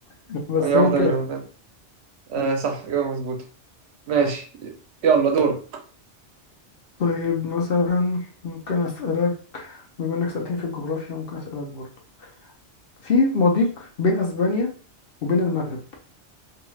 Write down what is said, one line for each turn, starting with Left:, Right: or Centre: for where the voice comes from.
Left: <laughs> بس
Right: هي واحدة
Left: هي الكلى
Right: منهم
Left: صح
Right: فاهم آه صح إجابة مظبوطة ماشي
Left: صح.
Right: يلا دورك
Left: طيب مثلا ممكن أسألك بما إنك سألتني في الجغرافيا ممكن أسألك برضو في مضيق بين أسبانيا وبين المغرب